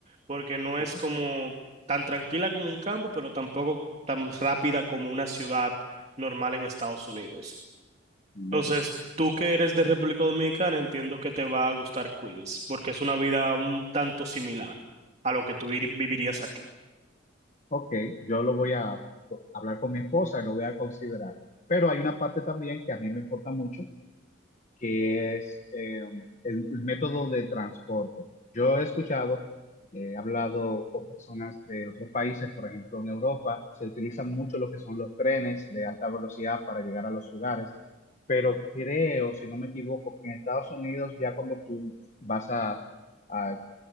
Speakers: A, on the right (about 35°); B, on the left (about 40°).
A: porque no es
B: ujú,
A: como tan tranquila como un campo, pero tampoco tan rápida como una ciudad normal en Estados Unidos.
B: muy
A: Entonces,
B: bien.
A: tú que eres de República Dominicana, entiendo que te va a gustar Queens, porque es una vida un tanto similar a lo que tú ir- vivirías aquí.
B: Ok, yo lo voy a hablar con mi esposa y lo voy a considerar. Pero hay una parte también que a mí me importa mucho, que es eh, el, el método de transporte. Yo he escuchado, eh, he hablado con personas de otros países, por ejemplo, en Europa se utilizan mucho lo que son los trenes de alta velocidad para llegar a los lugares, pero creo, si no me equivoco, que en Estados Unidos ya cuando tú vas a, a